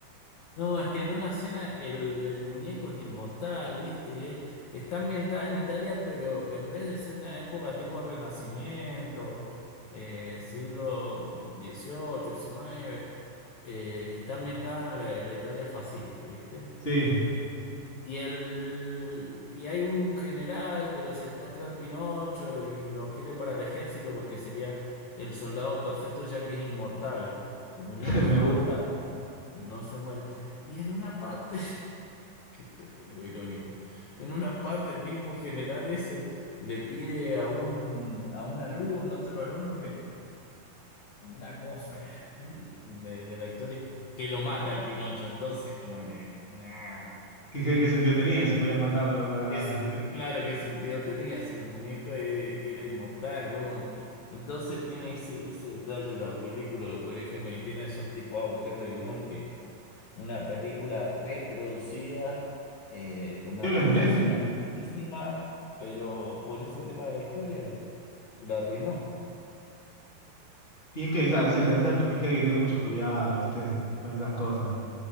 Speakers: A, on the left; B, on the left.
A: No, es que en una escena el, el muñeco es inmortal, ¿viste? Y es- está ambientada en Italia, pero en vez de ser una época tipo Renacimiento, eh, siglo XVIII, XIX, eh, está ambientada en la, en la Italia fascista, ¿viste?
B: sí,
A: Y, el, y hay un general que lo secuestra al Pinocho y lo quiere para el ejército porque sería el soldado perfecto ya que es inmortal, el muñeco
B: <laughs> me
A: es inmortal,
B: gusta.
A: no se muere. Y en una parte <laughs> que esto es lo irónico. En una parte el mismo general ese le pide a un, a un alumno, otro alumno que, una cosa eh, de, de la historia, que lo mata al Pinocho. Entonces como que, nah,
B: ¿Qué, qué- qué sentido tenía si podías matarlo para,
A: ¿qué sen- claro, ¿qué sentido tenía si el muñeco e- era inmortal? ¿Cómo? Entonces tiene ese, ese detalle la película, por ejemplo, y tiene esos tipos de agujeros de guión Una película reproducida, eh, con una
B: Creo que
A: puesta
B: es de Netflix.
A: en escena buenísima, pero por ese tema de la historia no, la arruinó.
B: Y es que esa, ese- esa- es que hay que tener mucho cuidado, ¿viste? Con esas cosas.